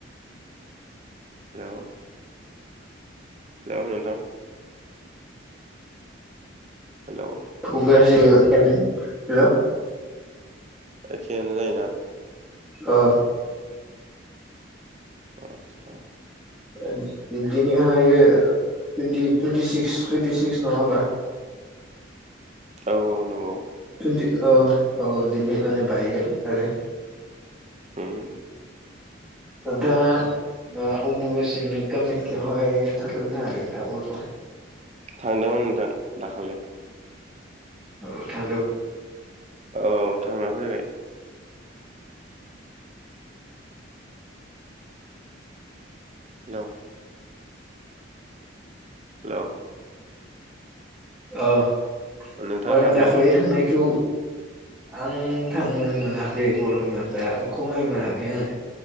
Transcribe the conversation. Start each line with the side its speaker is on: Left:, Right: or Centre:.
Right: हेलौ हेलौ नोंथां हेलौ
Centre: फुगासिनो हेलौ <unintelligible>
Right: एखेयानो जायोना
Centre: औ
Right: आदसा
Centre: ओ दिनैहाय twenty twenty six twenty six नङा होमबा
Right: औ औ नोंगौ।
Centre: टुन्टि औ औ दिनै माने बायगोन आरो।
Right: ओम
Centre: नोंथांङा ओ अम्बुुबासिनि कामाख्याव हाय थांदों थांङाखै <unintelligible>
Right: थांदोंमोन नोंथां दाखालि
Centre: औ थांदोंमोन
Right: औ थांना फैबाय हेलौ हेलौ
Centre: <unintelligible> औ ओमफाय
Right: नोंथाङा थाङाखै
Centre: दाख्लै
Right: नामा
Centre: थांनायखौ आं थांनो मोनाखै बरथमान दा खमाय मोनाखै आङो।